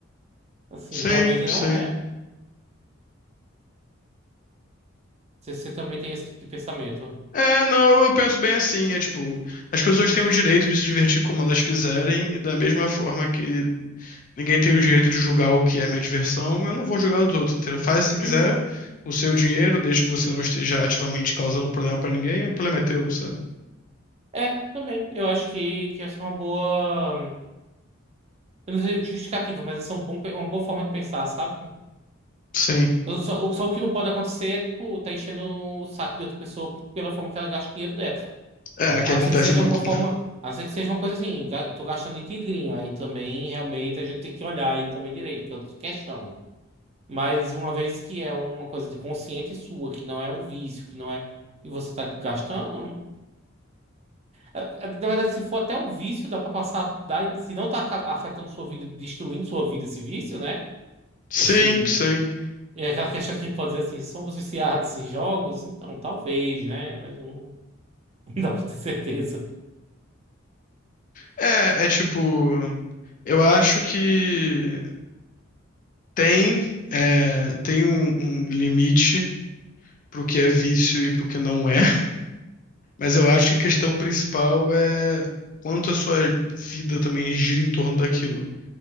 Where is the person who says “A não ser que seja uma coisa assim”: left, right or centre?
Right